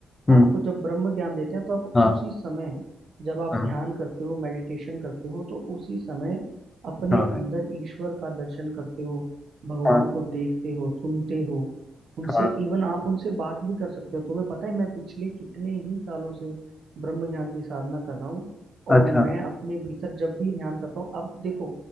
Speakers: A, on the left; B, on the right.
A: हम्म
B: आपको जब ब्रह्म ज्ञान देते हैं तो आप
A: हाँ
B: उसी समय जब आप
A: हाँ
B: ध्यान करते हो मेडिटेशन करते हो तो उसी समय अपने
A: हाँ
B: अंदर ईश्वर का दर्शन करते हो भगवान
A: हाँ
B: को देखते हो सुनते हो उनसे
A: हाँ
B: इवन आप उनसे बात भी कर सकते हो तुम्हें पता है मैं पिछले कितने ही सालों से ब्रह्म ज्ञान की साधना कर रहा हूँ और
A: अच्छा
B: मैं अपने भीतर जब भी ध्यान करता हूँ अब देखो